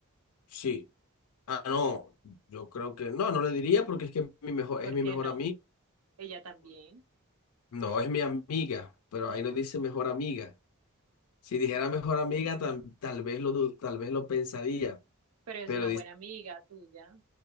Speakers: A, on the left; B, on the right.
A: sí. Ah, no, yo creo que no, no le diría porque es que mi mejor,
B: ¿Por
A: es mi
B: qué
A: mejor
B: no?
A: amigo.
B: Ella también.
A: No, es mi amiga, pero ahí nos dice mejor amiga. Si dijera
B: Mm.
A: mejor amiga, tam- tal, vez lo, du- tal vez lo pensaría,
B: Pero es
A: pero
B: una
A: dice
B: buena amiga tuya.